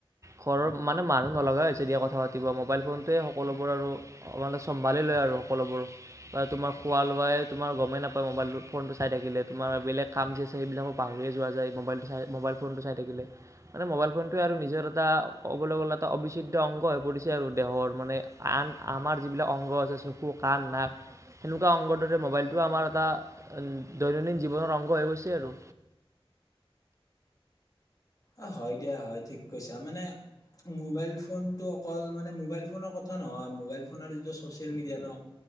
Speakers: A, on the right (about 30°); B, on the left (about 35°).
A: ঘৰৰ মানে মানুহ নলগা হৈছে দিয়া কথা পাতিব মোবাইল ফোনতোৱে সকলোবোৰ আৰু চম্ভালি লৈ। আৰু সকলোবোৰ তোমাৰ খোৱা লোৱাই তোমাৰ গমেই নাপায় মোবাইলতো ফোন টো চাই থাকিলে তোমাৰ বেলেগ কাম কি আছি সেইবিলাকক পাহৰি যোৱা যায় মোবাইলটো চাই মোবাইল ফোনটো চাই থাকিলে মানে মোবাইল ফোনটোৱে আৰু নিজৰ এটা অ ক'বলৈ গ'লে এটা অবিচ্ছেদ্য অংগ হৈ পৰিছে আৰু দেহৰ মানে আন আমাৰ যিবিলাক অংগ আছে চকু কা কাণ নাক সেনেকুৱা অংগৰ দৰে মোবাইলটো আমাৰ এটা দৈনন্দিন জীৱনৰ অংগ হৈ গৈছে তি আৰু
B: অ হয় দিয়া হয় ঠিক কৈছা মানে মোবাইল ফোনটো অকল মানে মোবাইল ফোনৰ কথা নহয়, মোবাইল ফোনৰ যিটো ছ'চিয়েল মিডিয়া ন।